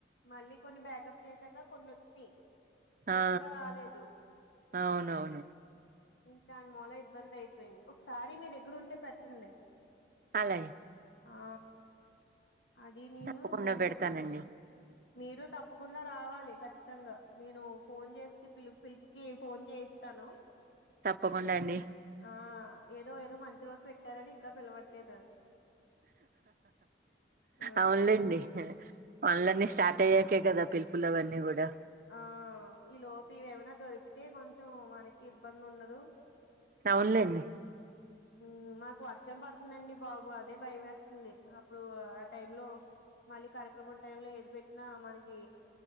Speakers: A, on the left; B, on the right.
A: మళ్ళీ కొన్ని బ్యాకప్ చేసాక కొన్నోచ్చినియ్ ఫూర్తిగా
B: ఆ
A: రాలేదు
B: అవునవును
A: ఉన్ దాన్ మూల ఇబ్బందయిపోయింద్ ఒకసారి మీ దగ్గరుంటే పెట్టండి
B: అలయ
A: ఆ అదీ నేను
B: తప్పకుండా
A: ఇంకోటి
B: పెడతానండి
A: మీరు తప్పకుండా రావాలి ఖచ్చితంగా నేను ఫోన్ చేసి పిలుప్ పిలుపుకి ఫోన్ చేస్తాను
B: తప్పకుండా అండి
A: ఆ ఏదో ఏదో మంచి రోజ్ పెట్టారని ఇంకా పిలవట్లేదు ఆ
B: అవునులేండి అళ్లన్ని స్టార్ట్ అయ్యాకే కదా పిలుపుల్ అవన్నీ గూడా
A: ఆ ఈ లోపీవేమైనా దొరికితే కొంచెం మనకి ఇబ్బందుండదు
B: అవున్లేండి
A: ఊ మాకు అర్షం పడుతుందండి బాబు అదే భయమేస్ వుంది అప్పుడు ఆ టైం లో మళ్ళి కర్ క్రమం టైం లో ఎది పెట్టినా మనకి